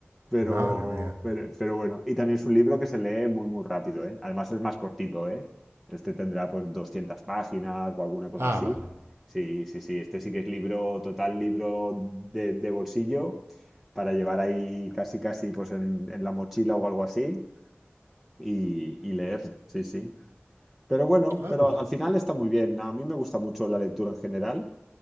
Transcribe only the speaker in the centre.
pero,
pero, pero bueno, y también es un libro que se lee muy, muy rápido, ¿eh? Además es más cortito, ¿eh? Este tendrá pues 200 páginas o alguna cosa
así.
Sí, sí, sí, este sí que es libro, total libro de, de bolsillo para llevar ahí casi, casi pues en, en la mochila o algo así y, y leer, sí, sí. Pero bueno,
pero
al final está muy bien. A mí me gusta mucho la lectura en general